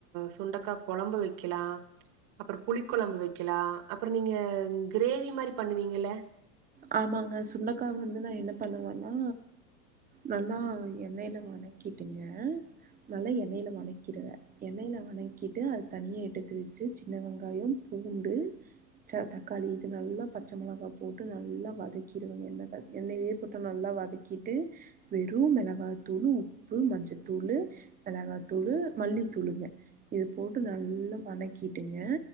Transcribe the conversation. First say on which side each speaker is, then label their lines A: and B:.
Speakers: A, on the right; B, on the right.
A: சுண்டக்கா கொழம்பு வைக்கலா அப்பறோ புளி கொழம்பு வைக்கலா அப்பறம் நீங்க கிரேவி மாரி பண்ணுவீங்கல
B: ஆமாங்க சுண்டக்கா வந்து நா என்ன பண்ணுவன்னா நல்லா எண்ணெயில வனக்கிட்டுங்க நல்லா எண்ணெயில வனக்கிருவ எண்ணெயில வனக்கிட்டு அது தனியே எடுத்து வச்சு சின்ன வெங்காயம் பூண்டு பச்ச தக்காளி இது நல்லா பச்ச மிளகா போட்டு நல்லா வதக்கிடுவங்க எண்ணையிலே போட்டு நல்லா வதக்கிட்டு வெறும் மிளகாத்தூள் உப்பு மஞ்சத்தூளு மிளகாத்தூளு மல்லித்தூளுங்க இது போட்டு நல்லா வணக்கிடுங்க